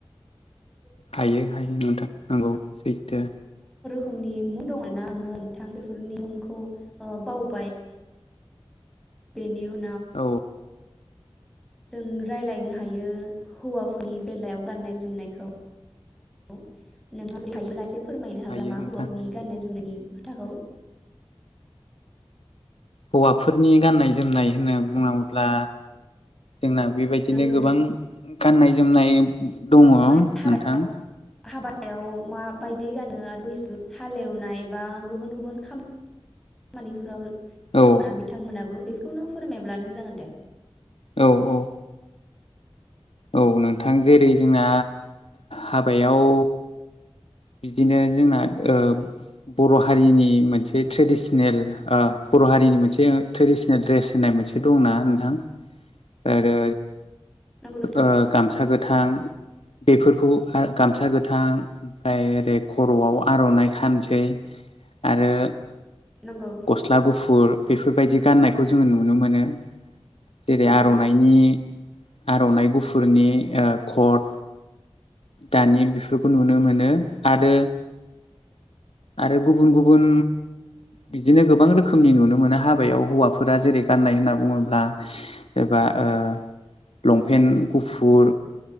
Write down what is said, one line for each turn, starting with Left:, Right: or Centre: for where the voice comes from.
Left: हायो हायो नोंथां नोंगौ सैथो
Centre: खोमनि मुं दं आरोना आङो नोंथां बेफोरनि मुंखौ बावबाय। बेनि उ
Left: औ
Centre: जों रायलायनो हायो हौवाफोरनि बेलायाव गाननाय जोमनायखौ औ नोंथाङा जुदि हायोब्ला एसे फोरमायनो
Left: हायो
Centre: हागोन मा
Left: नोंथां
Centre: हौवाफोरनि
Left: हायो
Centre: गाननाय जोमनायनि? खोथाखौ
Left: हौवाफोरनि गाननाय जोमनाय होनना बुङोब्ला जोंना बेबायदिनो
Centre: नंगौ
Left: गोबां गाननाय जोमनाय दङ
Centre: मा हा
Left: नोंथां
Centre: <unintelligible> हाबायाव माबायदि गानो आरो बैसो हालेवनाय एबा गुबुन गुबुन खामानिफोराव <unintelligible>
Left: औ
Centre: बिथांमोनाबो बेखौनो फोरमायब्लानो जागोन दे।
Left: औ औ औ नोंथां जेरै जोंना हाबायाव बिदिनो जोंना ओ बर' हारिनि मोनसे ट्रेदिसनेल अह बर' हारिनि मोनसे ट्रेडिसनेल ड्रेस होननाय मोनसे दंना नोंथां आरो
Centre: नंगौ नोंथां
Left: ओ गामसा गोथां बेफोरखौ गामसा गोथां आमफ्राय ओरै खर'आव आर'नाइ खानोसै आरो
Centre: नंगौ
Left: गस्ला गुफुर बेफोरबायदि गाननायखौ जोङो नुनो मोनो। जेरै
Centre: नंगौ
Left: आर'नाइनि आर'नाइ गुफुरनि ओ कट दानि बेफोरखौ नुनो मो नो आरो आरो गुबुन गुबुन बिदिनो गोबां रोखोमनि नुनो मोनो हाबायाव हौवाफोरा जेरै गाननाय होनना बुङोब्ला सोरबा ओ लंपेन्ट गुफुर